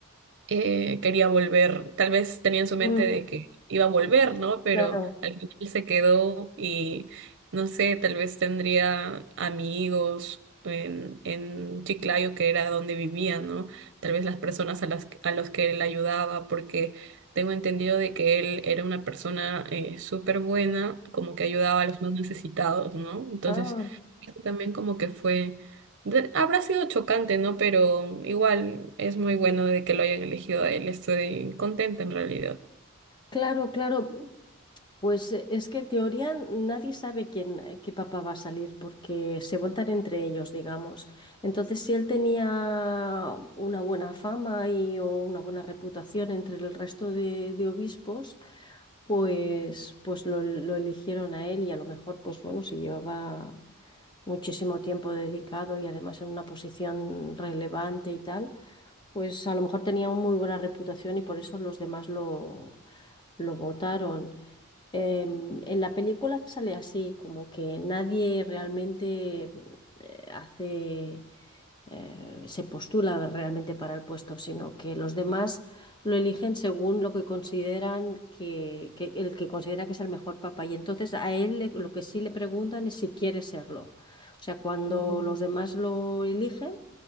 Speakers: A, on the right (about 55°); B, on the left (about 20°).
A: eh, quería volver, tal vez tenía en su mente
B: Mm,
A: de que iba a volver, ¿no? Pero
B: claro.
A: al final se quedó y no sé, tal vez tendría amigos en, en Chiclayo, que era donde vivía, ¿no? Tal vez las personas a las, a los que él ayudaba, porque tengo entendido de que él era una persona eh, súper buena, como que ayudaba a los más necesitados, ¿no? Entonces
B: Ah,
A: también como que fue, de- habrá sido chocante, ¿no? Pero igual es muy bueno de que lo hayan elegido a él. Estoy contenta en realidad.
B: claro, claro. Pues eh, es que en teoría nadie sabe quién, eh, qué papá va a salir porque se votan entre ellos, digamos. Entonces, si él tenía una buena fama y, o una buena reputación entre el resto de, de obispos, pues, pues lo, lo eligieron a él y a lo mejor, pues bueno, si llevaba muchísimo tiempo dedicado y además en una posición relevante y tal pues a lo mejor tenía una muy buena reputación y por eso los demás lo, lo votaron. Em, en la película sale así, como que nadie realmente eh, hace, eh, se postula realmente para el puesto, sino que los demás lo eligen según lo que consideran que, que el que consideran que es el mejor papá. Y entonces a él le- lo que sí le preguntan es si quiere serlo. O sea, cuando
A: Ujú.
B: los demás lo eligen.